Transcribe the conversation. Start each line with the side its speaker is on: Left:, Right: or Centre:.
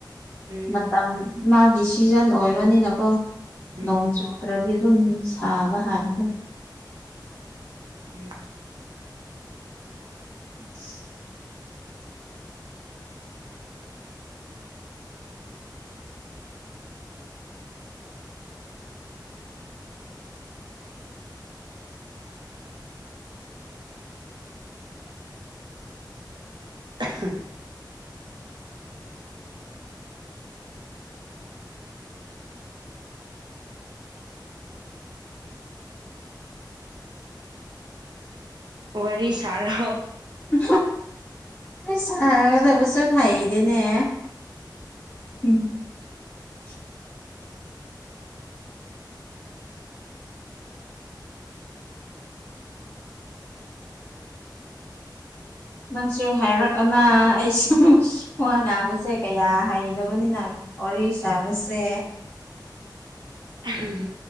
Right: ꯎꯝ
Left: ꯃꯇꯝ ꯃꯥꯒꯤ ꯁꯤꯖꯟ ꯑꯣꯏꯕꯅꯤꯅꯀꯣ
Right: ꯎꯝ
Left: ꯅꯣꯡ ꯆꯨꯗ꯭ꯔꯗꯤ ꯑꯗꯨꯝ ꯁꯥꯕ ꯍꯥꯏꯕꯗꯣ
Right: ꯎꯝ
Left: <unintelligible>
Right: <unintelligible> ꯋꯥꯔꯤꯔꯤ ꯁꯥꯔ
Left: ꯎ ꯄꯨ ꯑꯗꯕꯁꯨ ꯍꯥꯏꯩꯗꯅꯦꯝ <unintelligible> ꯅꯪꯁꯨ ꯍꯥꯏꯔꯛꯑꯅ ꯑꯩꯁꯨ ꯃꯣꯏ ꯉꯥꯡꯕꯁꯦ ꯀꯌꯥ ꯍꯩꯗꯕꯅꯤꯅ ꯑꯣꯔꯤꯁꯥꯔꯁꯦ
Right: ꯎ